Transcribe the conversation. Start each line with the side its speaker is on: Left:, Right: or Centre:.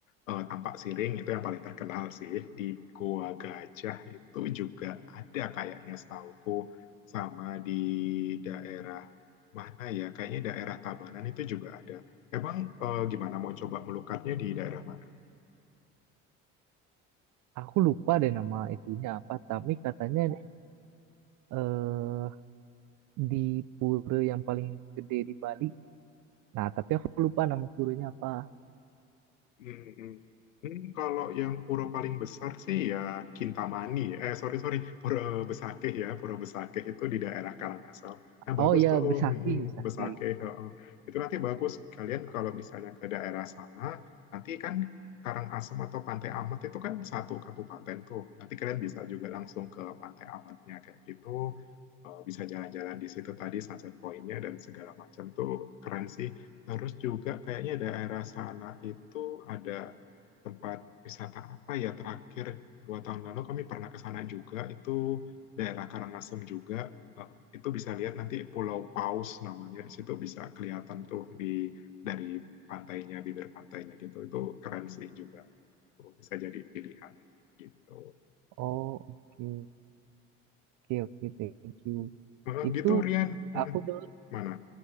Left: eh, Tampak Siring itu yang paling terkenal sih. Di Goa Gajah itu juga ada kayaknya setauku sama di daerah mana ya? Kayaknya daerah Tabanan itu juga ada. Emang eh, gimana mau coba Melukatnya di daerah mana?
Right: Aku lupa deh nama itunya apa tapi katanya eh di pura yang paling gede di Bali. Nah tapi aku lupa nama puranya apa.
Left: Hmm, hmm. Hmm, kalau yang pura paling besar sih ya Kintamani. Eh sorry sorry, pura Besakeh ya, pura Besakeh itu di daerah Karangasem. Nah bagus
Right: Oh ya
Left: tuh,
Right: Besaki
Left: hmm, hmm,
Right: Besaki.
Left: Besakeh. heeh. Itu nanti bagus. Kalian kalau misalnya ke daerah sana, nanti kan Karangasem atau Pantai Amet itu kan satu kabupaten tuh. Nanti kalian bisa juga langsung ke Pantai Ametnya kayak gitu. Eh, bisa jalan-jalan di situ tadi sunset pointnya dan segala macam tuh keren sih. Terus juga kayaknya daerah sana itu ada tempat wisata apa ya terakhir dua tahun lalu kami pernah ke sana juga itu daerah Karangasem juga Eh, itu bisa lihat nanti Pulau Paus namanya di situ bisa kelihatan tuh di dari pantainya bibir pantainya gitu itu keren sih juga bisa jadi pilihan gitu
Right: Oh oke. oke, oke thank you.
Left: Eh,
Right: Itu
Left: gitu Rian Hmm,
Right: aku dengar
Left: mana